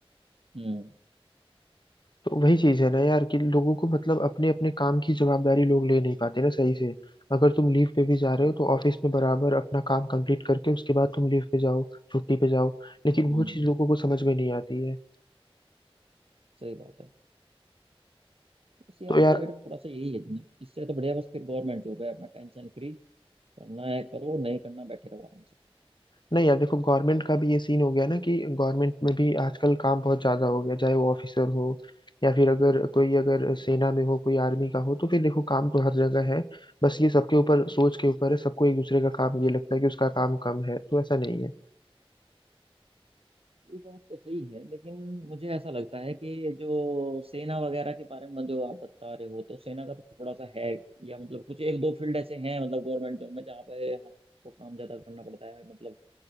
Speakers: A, on the right (about 70°); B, on the left (about 50°).
A: हम्म
B: तो वही चीज है ना यार कि लोगों को मतलब अपने अपने काम की जवाबदारी लोग ले नहीं पाते ना सही से अगर तुम लीव पे भी जा रहे
A: बिल्कुल
B: हो तो ऑफिस में बराबर अपना काम कंप्लीट करके उसके बाद तुम लीव पे जाओ छुट्टी पे जाओ लेकिन
A: हम्म
B: वो चीज लोगों को समझ में नहीं आती है
A: सही बात है बस यार
B: तो यार
A: प्राइवेट में थोड़ा सा यही है इससे तो बढ़िया बस फिर गवर्नमेंट जॉब है अपना टेंशन फ्री करना है करो नहीं करना बैठे रहो आराम से
B: नहीं यार देखो गवर्नमेंट का भी ये सीन हो गया ना कि गवर्नमेंट में भी आजकल काम बहुत ज्यादा हो गया चाहे वो ऑफिसर हो या फिर अगर कोई अगर सेना में हो कोई आर्मी का हो तो फिर देखो काम तो हर जगह है बस ये सबके ऊपर सोच के ऊपर है सबको एक दूसरे का काम ये लगता है कि उसका काम कम है तो ऐसा नहीं है
A: ये बात तो सही है लेकिन मुझे ऐसा लगता है कि जो सेना वगैरह के बारे में जो आप बता रहे हो तो सेना का तो थोड़ा सा है या मतलब कुछ एक दो फील्ड ऐसे हैं मतलब गवर्नमेंट जॉब में जहाँ पे आपको काम ज्यादा करना पड़ता है मतलब